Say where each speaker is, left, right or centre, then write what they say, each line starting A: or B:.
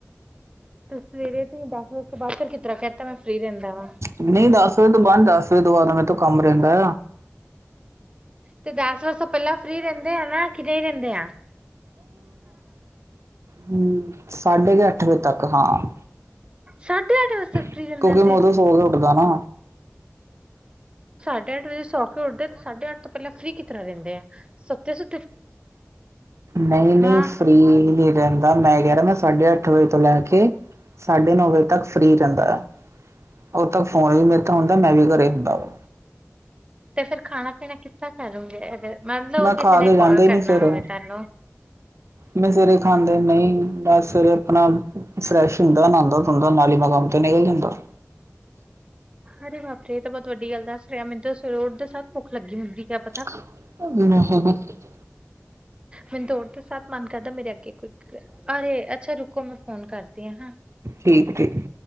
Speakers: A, on the right (about 20°); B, on the right (about 70°).
A: ਤੇ ਸਵੇਰੇ ਤੇ ਦਸ ਵਜ ਕੇ ਬਾਅਦ ਫਿਰ ਕਿਸ ਤਰ੍ਹਾਂ ਕੈਅਤਾ ਮੈਂ ਫ੍ਰਰੀ ਰੈਦਾ ਵਾਂ
B: ਨਈ ਦਸ ਵਜੇ ਤੋਂ ਬਾਅਦ ਦਸ ਵਜੇ ਤੋਂ ਬਾਦ ਮੇਰੇ ਤੋਂ ਕੰਮ ਰੈਦਾ।
A: ਤੇ ਦਸ ਵਸੇ ਤੋਂ ਪੈਲਾਂ ਫ੍ਰਰੀ ਰੈਦੇ ਆ ਨਾ ਕਿ ਨਈ ਰੈਦੇ ਆ
B: ਹੂੰ ਸਾਡੇ ਕ ਅੱਠ ਵਜੇ ਤੱਕ ਹਾਂ
A: ਸਾਢੇ ਅੱਠ ਵਜੇ ਤੱਕ
B: ਕਿਉਂਕਿ
A: ਫ੍ਰੀ ਰਹਿੰਦੇ ਆ
B: ਮੈਂ
A: ਫਿਰ।
B: ਓਦੋਂ ਸੋ ਕੇ ਉੱਠਦਾ ਨਾ
A: ਸਾਢੇ ਅੱਠ ਵਜੇ ਸੌ ਕੇ ਉੱਠਦੇ ਤੇ ਸਾਢੇ ਅੱਠ ਪੈਲਾ ਫ੍ਰੀ ਕਿ ਤਰ੍ਹਾਂ ਰੈਦੇ ਆ ਸੁੱਤੇ ਸੁ
B: ਨਈ-ਨਈ
A: ਹਾਂ।
B: ਫ੍ਰੀ ਨੀ ਰੈ ਮੈਂ ਕੈ ਰਿਆ ਮੈਂ ਸਾਢੇ ਅੱਠ ਵਜੇ ਤੋਂ ਲੈ ਕੇ ਸਾਡੇ ਨੌ ਵਜੇ ਤੱਕ ਫ੍ਰੀ ਰੈਦਾ ਓਦੋਂ ਤੱਕ ਫੋਨ ਵੀ ਮੇਰੇ ਤੋਂ ਹੁੰਦਾ, ਮੈਂ ਵੀ ਘਰੇ ਹੁੰਦਾ ਵਾ
A: ਤੇ ਫੇਰ ਖਾਣਾ ਪੀਣਾ ਕਿੱਸ ਤਰਾਂ ਕਰੂੰਗੇ ਮੰਨ ਲਓ
B: ਮੈਂ ਖਾ
A: ਕਿਸੇ ਨੇ
B: ਕੇ ਜਾਂਦਾ
A: ਕਾਲ
B: ਹੀ
A: ਕਰਨਾ
B: ਨਹੀਂ ਸਵੇਰੇ
A: ਹੋਵੇ ਤਾਨੂੰ
B: ਮੈਂ ਸਵੇਰੇ ਖਾਂਦੇ ਨਈ, ਮੈਂ ਸਵੇਰੇ ਅਪਣਾ ਫਰੈਸ਼ ਹੁੰਦਾ ਨਾਂਦਾ ਧੋਦਾ ਨਾਲੀ ਮੈਂ ਕੰਮ ਤੇ ਨਿਕਲ ਜਾਂਦਾ
A: ਅਰੇ ਬਾਪ ਰੇ ਏ ਤਾਂ ਬੋਤ ਵੱਡੀ ਗੱਲ ਦੱਸ ਰਿਆ ਮੈਨੂੰ ਤਾਂ ਸਵੇਰੇ ਉੱਠ ਦੇ ਸਾਰ ਭੁੱਖ ਲੱਗੀ ਹੁੰਦੀ <unintelligible>
B: <inaudible>
A: ਮੈਨੂੰ ਤਾਂ ਉੱਠ ਦੇ ਸਾਰ ਮਨ ਕਰਦਾ ਮੇਰੇ ਅੱਗੇ ਕੋਈ ਅਰੇ ਅੱਛਾ ਰੁਕੋ ਮੈਂ ਫੋਨ ਕਰਦੀ ਆ ਹਅ।
B: ਠੀਕ ਠੀਕ